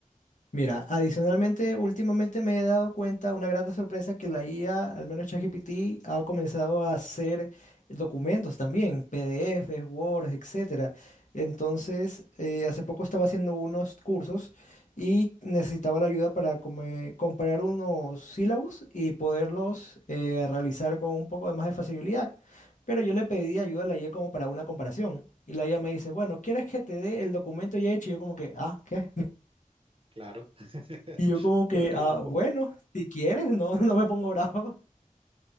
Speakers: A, on the left; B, on the right.
A: Mira, adicionalmente, últimamente me he dado cuenta, una grata sorpresa, que la IA, al menos ChatGPT, ha comenzado a hacer documentos también, PDFs, Word, etcétera. Entonces, eh, hace poco estaba haciendo unos cursos y necesitaba la ayuda para come- comparar unos sílabos y poderlos eh, realizar con un poco de más de facilidad. Pero yo le pedí ayuda a la IA como para una comparación. Y la IA me dice, bueno, ¿quieres que te dé el documento ya hecho? Y yo como que, ah, ¿qué?
B: Claro,
A: Y yo
B: <laughs>
A: como que,
B: ¿por qué
A: ah,
B: no?
A: bueno, si quieres, no, <laughs> no me pongo bravo.